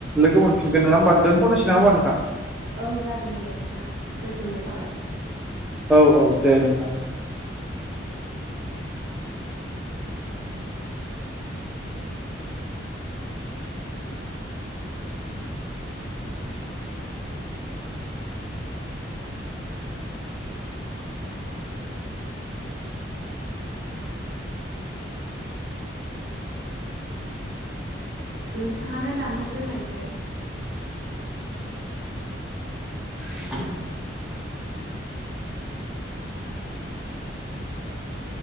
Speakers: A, in the centre; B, on the right (about 65°).
A: लोगो मोनफिनगोन नङा ओमबा दोनथ'सै नङा होनबा नोंथां?
B: औ जागोन दे नोंथां गोजो गोजोननाय थाबाय।
A: औ औ दे नोंथां।
B: नोंथाङानो दानहरगोरनायसाय।
A: <inaudible>